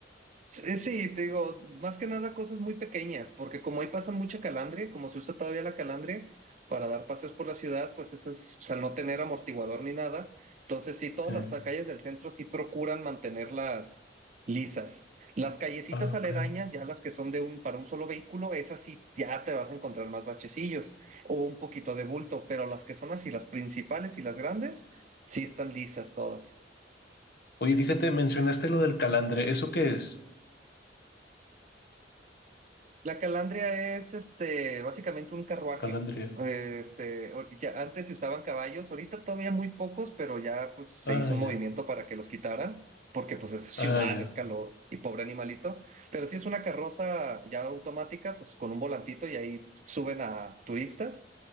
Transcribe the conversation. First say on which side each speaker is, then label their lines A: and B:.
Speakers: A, on the right; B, on the left.
A: Sí, eh, sí, te digo, más que nada cosas muy pequeñas, porque como ahí pasa mucha calandria, como se usa todavía la calandria para dar paseos por la ciudad, pues eso es, o sea, al no tener amortiguador ni nada, entonces sí, todas
B: Sí.
A: las calles del centro sí procuran mantenerlas lisas. Las callecitas
B: Ah, ok.
A: aledañas, ya las que son de un, para un solo vehículo, esas sí ya te vas a encontrar más bachecillos o un poquito de bulto, pero las que son así, las principales y las grandes, sí están lisas todas.
B: Oye, fíjate, mencionaste lo del calandre. ¿Eso qué es?
A: La calandria es este, básicamente un carruaje.
B: Calandria.
A: Este, o- ya antes se usaban caballos, ahorita todavía muy pocos, pero ya pues, se
B: Ah,
A: hizo
B: ya.
A: un movimiento para que los quitaran, porque pues es ciudad,
B: Ah, ya.
A: es calor y pobre animalito. Pero sí es una carroza ya automática, pues con un volantito y ahí suben a turistas